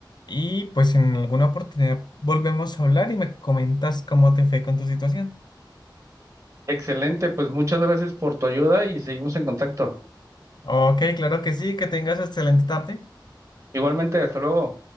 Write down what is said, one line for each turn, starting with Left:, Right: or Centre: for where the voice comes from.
Left: Y pues en alguna oportunidad volvemos a hablar y me comentas cómo te fue con tu situación.
Right: Excelente, pues muchas gracias por tu ayuda y seguimos en contacto.
Left: Ok, claro que sí. Que tengas excelente tarde.
Right: Igualmente, hasta luego.